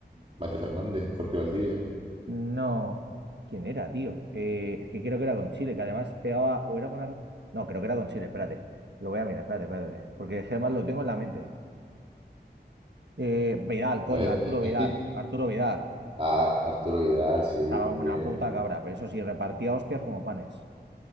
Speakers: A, on the right; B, on the right.
A: Mati Fernández, Jorge Valdivia.
B: No, ¿quién era, tío? Eh, es que creo que era con Chile, que además pegaba, o era con... Ar- No, creo que era con Chile, espérate. Lo voy a mirar, espérate, espérate. Porque es que además lo tengo en la mente. Eh, Vidal,
A: A
B: coño,
A: ver,
B: Arturo
A: ¿y- ¿en
B: Vidal,
A: qué? equipo?
B: Arturo Vidal.
A: Ah, Arturo Vidal, sí,
B: Estaba
A: también.
B: como una puta cabra, pero eso sí, repartía hostias como panes.